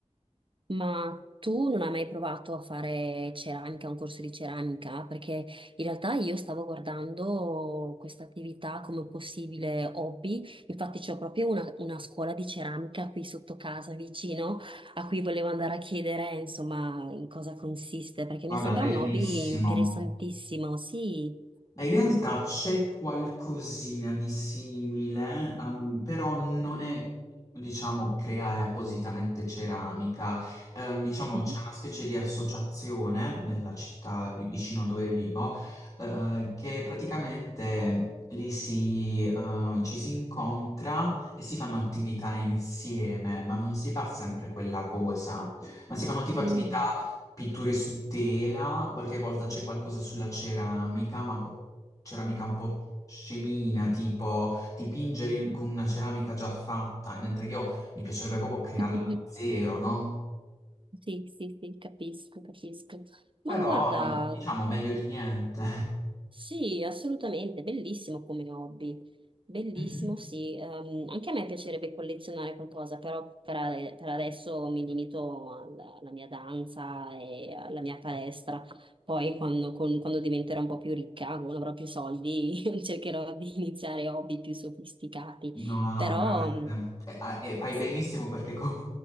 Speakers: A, on the right (about 45°); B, on the left (about 30°).
A: Ma tu non hai mai provato a fare ceramica, un corso di ceramica? Perché in realtà io stavo guardando questa attività come possibile hobby, infatti c'ho proprio una, una scuola di ceramica qui sotto casa vicino, a cui volevo andare a chiedere insomma in cosa consiste, perché
B: Guarda,
A: mi sembra
B: bellissimo.
A: un hobby interessantissimo, sì.
B: In realtà c'è qualcosina di simile, ehm, però non è, diciamo, creare appositamente ceramica. Ehm, diciamo,
A: Mhm.
B: c'è una specie di associazione nella città vi- vicino a dove vivo, eh, che praticamente lì si, eh, ci si incontra e si fanno attività insieme, ma non si fa sempre quella cosa, ma si fanno tipo attività
A: Mm.
B: pitture su tela, qualche volta c'è qualcosa sulla ceramica, ma ceramica un po' scemina, tipo dipingere in- con una ceramica già fatta, mentre io mi piacerebbe proprio crearla
A: <laughs>
B: da zero, no?
A: Sì, sì, sì, capisco, capisco. Ma
B: Però
A: guarda,
B: non, diciamo meglio di niente.
A: Sì, assolutamente, bellissimo come hobby, bellissimo,
B: <laughs>
A: sì. Ehm, anche a me piacerebbe collezionare qualcosa, però per, a- per adesso mi limito alla, alla mia danza e alla mia palestra. Poi quando, con- quando diventerò un po' più ricca, quando avrò più soldi, <laughs> cercherò di iniziare hobby più sofisticati.
B: No, no,
A: Però...
B: veramente.
A: mm,
B: E, ah, e fai
A: sì.
B: benissimo perché con